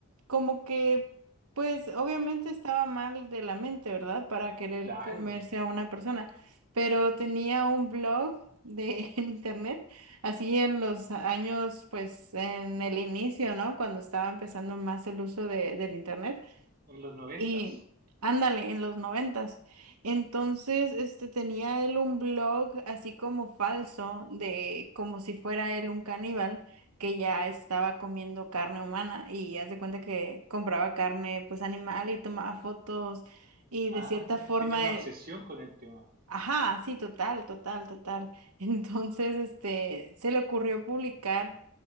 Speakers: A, on the right (about 80°); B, on the right (about 40°).
A: como que, pues obviamente estaba mal de la mente, ¿verdad? Para querer
B: Claro,
A: comerse a una persona, pero tenía un blog de, <laughs> en internet, así en los años, pues en el inicio, ¿no? Cuando estaba empezando más el uso de, del internet.
B: en los noventas.
A: Y ándale, en los noventas. Entonces, este tenía él un blog así como falso de como si fuera él un caníbal que ya estaba comiendo carne humana y haz de cuenta que compraba carne pues animal y tomaba fotos y de
B: Ah,
A: cierta forma
B: tenía una
A: eh,
B: obsesión con el tema.
A: Ajá, sí, total, total, total. <laughs> Entonces, este, se le ocurrió publicar